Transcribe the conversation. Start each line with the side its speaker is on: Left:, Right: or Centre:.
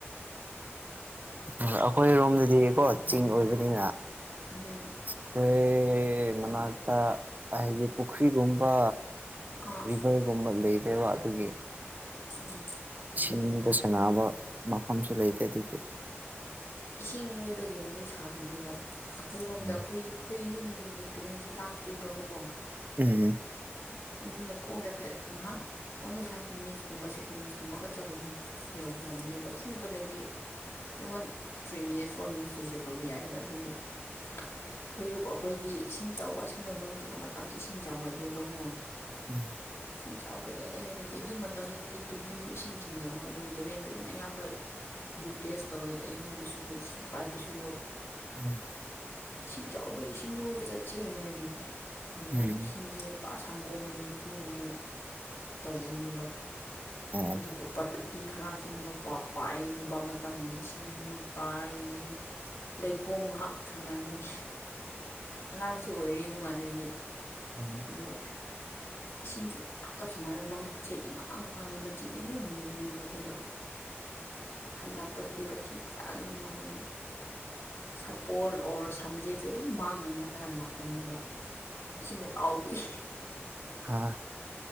Right: ꯑ ꯑꯩꯈꯣꯏꯔꯣꯝꯗꯗꯤꯀꯣ ꯆꯤꯡ ꯑꯣꯏꯕꯅꯤꯅ
Left: ꯎꯝ
Right: ꯑꯈꯣꯏ ꯃꯅꯥꯛꯇ ꯍꯥꯏꯗꯤ ꯄꯨꯈ꯭ꯔꯤꯒꯨꯝꯕ
Left: ꯑꯥ
Right: ꯔꯤꯚꯔꯒꯨꯝꯕ ꯂꯩꯗꯦꯕ ꯑꯗꯨꯒꯤ
Left: ꯎꯝ
Right: ꯁꯤꯁ ꯁꯅꯥꯕ ꯃꯐꯝꯁꯨ ꯂꯩꯇꯦ ꯑꯗꯨꯒꯤ
Left: ꯏꯁꯤꯡ ꯂꯣꯏꯕꯒꯤ ꯋꯥꯔꯤ ꯁꯥꯕꯤꯈꯤꯕ ꯑꯩꯈꯣꯏꯔꯣꯝꯗ
Right: ꯎꯝ
Left: ꯑꯩꯈꯣꯏ ꯑꯩꯈꯣꯏ ꯌꯨꯝꯗ ꯑꯗꯒꯤ ꯇꯨꯔꯦꯟꯁꯤ ꯂꯥꯞꯇꯦꯕꯀꯣ
Right: ꯎꯝ
Left: ꯑꯗꯨꯅ ꯈꯣꯡꯗ ꯈꯔ ꯉꯥꯏꯍꯥꯛ ꯑꯣꯡꯂꯤ ꯐꯥꯏꯚ ꯃꯤꯅꯤꯠꯁꯀꯨꯝꯕ ꯁꯤꯛꯁ ꯃꯤꯅꯤꯠꯁꯀꯨꯝꯕ ꯈꯔ ꯆꯠꯂꯣꯏꯅꯤ ꯌꯧꯈ꯭ꯔꯕꯅꯦꯕ ꯊꯨꯅ ꯊꯣꯜꯂꯗꯤ in one three minute for ꯃꯤꯅꯤꯁꯇꯔꯁꯨ ꯌꯧꯕ ꯌꯥꯏꯑꯕ ꯑꯗꯨꯒꯤ ꯑꯩꯈꯣꯏ ꯑꯩꯈꯣꯏꯗꯤ ꯏꯁꯤꯡ ꯆꯥꯎꯕ ꯁꯤꯒꯨꯝꯕ ꯅꯣꯡ ꯆꯨꯄ ꯃꯇꯝꯁꯦ ꯏꯁꯤꯡ ꯆꯥꯎꯒꯠꯂꯦꯕꯀꯣ
Right: ꯎꯝ
Left: ꯏꯁꯤꯡ ꯆꯥꯎꯈ꯭ꯔꯦ ꯍꯥꯏꯔꯗꯤ ꯑꯗꯨ ꯃꯇꯝꯗꯗꯤ ꯇꯨꯂꯨꯁꯨ ꯏꯁꯤꯡ ꯆꯤꯡꯗꯕ ꯑꯗꯨꯒꯤ ꯇꯨꯔꯦꯟꯗ ꯑꯗꯨꯝ ꯑꯌꯥꯝꯕ ꯌꯨꯝ ꯚꯦꯁ ꯇꯧꯋꯦꯕ ꯏꯔꯨꯕꯁꯨ ꯏꯁꯤꯡ ꯄꯥꯏꯕꯁꯨ
Right: ꯎꯝ
Left: ꯏꯁꯤꯡ ꯆꯥꯎꯕꯩ ꯏꯁꯤꯡ ꯂꯣꯏꯕ ꯆꯠꯁꯦ ꯍꯥꯏꯔꯒꯅꯤ ꯑꯗꯨꯒ
Right: ꯎꯝ
Left: ꯏꯁꯤꯡꯁꯦ ꯄ ꯁꯪꯒꯣꯝꯒꯤ ꯃꯆꯨꯒꯨꯝꯅ ꯇꯧꯒꯅꯦꯕ
Right: ꯑꯣ
Left: ꯑꯗꯨꯒ ꯄꯥꯔꯇꯤ ꯈꯔꯁꯤ ꯄ ꯑꯩꯒꯤ ꯅꯨꯄꯥ ꯃꯇꯝ ꯑꯣꯏꯔꯗꯤ ꯁꯤꯡꯖꯨꯠ ꯄ ꯑꯩꯒꯅꯤ ꯂꯩꯈꯣꯝ ꯉꯍꯥꯛ ꯁꯥꯟꯅꯒꯅꯤ ꯑꯉꯥꯡꯁꯨ ꯑꯣꯏꯔꯤ ꯑꯗꯨꯀꯥꯟꯗꯗꯤ
Right: ꯎꯝ
Left: ꯑꯗꯨꯒ ꯏꯁꯤꯡꯁꯦ ꯇꯞ ꯇꯞ ꯁꯥꯟꯅꯔꯒ ꯃꯃꯤꯠꯁꯦ ꯏꯉꯥꯡꯉꯥꯡ ꯆꯤꯟ ꯏꯃꯨ ꯃꯨꯕꯅꯦꯕ ꯑꯩꯈꯣꯏꯗꯣ ꯍꯜꯂꯛꯄꯗꯗꯤ ꯋꯥꯊꯤ ꯆꯥꯒꯅꯤ ꯃꯈꯣꯏꯒꯤ ꯁꯥꯄꯣꯜ ꯑꯣꯔ ꯁꯝꯖꯦꯠꯁꯦ ꯑꯗꯨꯝ ꯃꯥꯡꯍꯜꯂꯒ ꯂꯥꯛꯀꯅꯤꯕ ꯏꯁꯤꯡꯅ ꯇꯥꯎꯕꯏ
Right: ꯍꯥꯥ